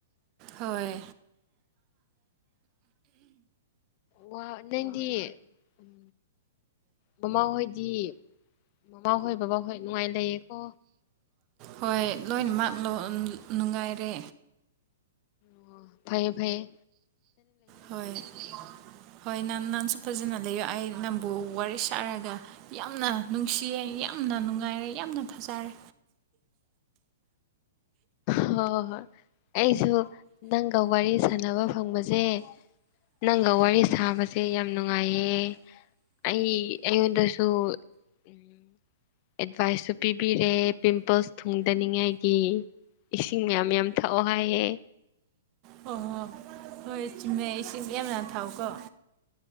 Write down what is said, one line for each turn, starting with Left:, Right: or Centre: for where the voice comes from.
Right: ꯍꯣꯏ
Left: ꯋꯥ ꯅꯪꯗꯤ ꯎꯝ ꯃꯃꯥꯍꯣꯏꯗꯤ ꯃꯃꯥꯍꯣꯏ ꯕꯕꯥꯍꯣꯏ ꯅꯨꯡꯉꯥꯏ ꯂꯩꯌꯦꯀꯣ
Right: ꯍꯣꯏ ꯂꯣꯏꯅꯃꯛ ꯅꯨꯡꯉꯥꯏꯔꯦ
Left: ꯑꫭ ꯐꯩꯌꯦ-ꯐꯩꯌꯦ
Right: ꯍꯣꯏ-ꯍꯣꯏ ꯅꯥꯟ ꯅꯪꯁꯨ ꯐꯖꯅ ꯂꯩꯌꯣ ꯑꯩ ꯅꯪꯕꯨ ꯋꯥꯔꯤ ꯁꯥꯔꯒ ꯌꯥꯝꯅ ꯅꯨꯡꯁꯤꯌꯦ ꯌꯥꯝꯅ ꯅꯨꯡꯉꯥꯏꯔꯦ ꯌꯥꯝꯅ ꯐꯖꯥꯔꯦ
Left: ꯍꯣ-ꯍꯣ-ꯍꯣꯏ ꯑꯩꯁꯨ ꯅꯪꯒ ꯋꯥꯔꯤ ꯁꯥꯟꯅꯕ ꯐꯪꯕꯖꯦ ꯅꯪꯒ ꯋꯥꯔꯤ ꯁꯥꯕꯁꯦ ꯌꯥꯝ ꯅꯨꯡꯉꯥꯏꯌꯦ꯫ ꯑꯩ ꯑꯩꯉꯣꯟꯗꯁꯨ ꯎꯝ ꯑꯦꯗꯕꯥꯏꯁꯁꯨ ꯄꯤꯄꯤꯔꯦ ꯄꯤꯝꯄꯜꯁ ꯊꯨꯡꯗꯅꯤꯡꯉꯥꯏꯒꯤ ꯏꯁꯤꯡ ꯃꯌꯥꯝ-ꯃꯌꯥꯝ ꯊꯛꯑꯣ ꯍꯥꯏꯑꯦ꯫
Right: ꯍꯣꯍꯣ ꯍꯣꯏ ꯆꯨꯝꯃꯦ ꯏꯁꯤꯡ ꯃꯌꯥꯝ-ꯃꯌꯥꯝ ꯊꯥꯛꯑꯣꯀꯣ꯫